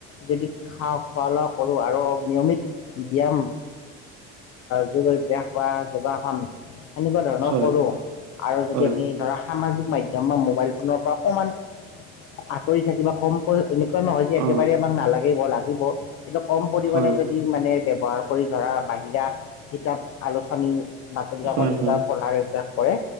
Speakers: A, on the left (about 55°); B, on the right (about 65°).
A: যদি খা খোৱা লোৱা কৰো আৰু নিয়মিত ব্যয়ায়াম যোগা ব্যাস বা যোগাসন সেনেকুৱা ধৰণৰ
B: হয়
A: কৰোঁ আৰু যদি
B: হয়
A: আমি ধৰা সামাজিক মাধ্যম আমা মোবাইল ফোনৰ পৰা অকমান আঁতৰি থাকিবা। কমকৈ, এনেকুৱা নহয় যে একেবাৰে
B: অ
A: তোমাক নালাগিব, লাগিব কিন্তু কম পৰিমাণে
B: হয়
A: যদি মানে বে ব্যৱহাৰ কৰি ধৰা বাহিৰা কিতাপ, আলোচনী, বাতৰিকাকত
B: হয়
A: তেনেকুৱা
B: হয়
A: পঢ়াৰ অভ্যাস হয়,